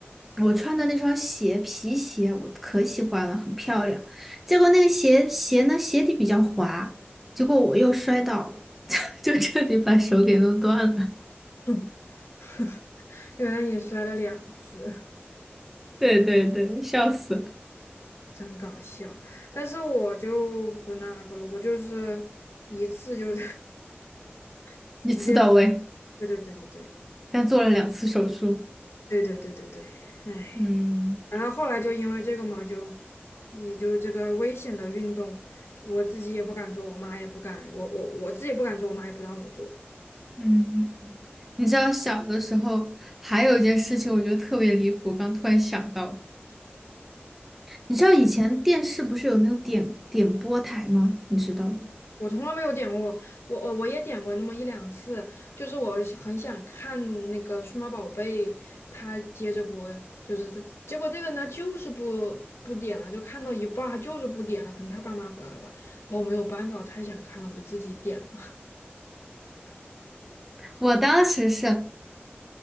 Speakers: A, in the centre; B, on the left (about 80°).
A: 我穿的那双鞋皮鞋我可喜欢了，很漂亮。结果那个鞋鞋呢鞋底比较滑，结果我又摔倒了，<laughs> 就彻底把手给弄断了。
B: <clears throat> <laughs> 原来你摔了两次，
A: 对对对，笑死，
B: 真搞笑。但是我就不那个了，我就是一次就 <laughs>
A: 一次到位，
B: 直接，对对对对对
A: 但做了两次手术。
B: 对对对对对，哎，
A: 嗯
B: 然后后来就因为这个嘛，就也就这个危险的运动，我自己也不敢做，我妈也不敢，我我我自己也不敢做，我妈也不让我做。
A: 嗯，你知道小的时候还有一件事情，我觉得特别离谱，刚突然想到，你知道以前电视不是有那种点点播台吗？你知道吗
B: 我从来没有点过，我我我我也点过那么一两次，就是我很想看那个数码宝贝，它接着播，就是它，结果那个人他就是不不点了，就看到一半儿他就是不点了，可能他爸妈回来了吧，然后我没有办法，我太想看了，我就自己点了，
A: 我当时是